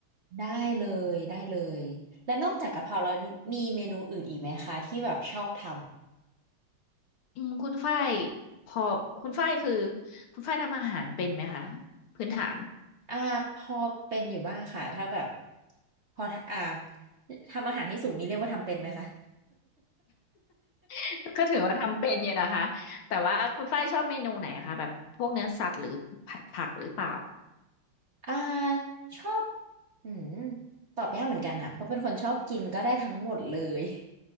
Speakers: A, on the right; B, on the left.
A: ได้เลยได้เลยแล้วนอกจากกะเพราแล้วมีเมนูอื่นอีกไหมคะที่แบบชอบท
B: อืมคุณฝ้ายพอคุณฝ้ายคือคุณฝ้ายทำอาหารเป็นไหมคะพื้นฐาน
A: อ่าพอเป็นอยู่บ้างค่ะถ้าแบบพออ่าทำอาหารให้สุกนี่เรียกว่าทำเป็นไหมคะ
B: <laughs> ก็ถือว่าทำเป็นอยู่นะคะแต่ว่าคุณฝ้ายชอบเมนูไหนอะคะแบบพวกเนื้อสัตว์หรือผัดผักหรือเปล่า
A: <laughs> อ่าชอบอืมตอบยากเหมือนกันอะเพราะเป็นคนชอบกินก็ได้ทั้งหมดเลย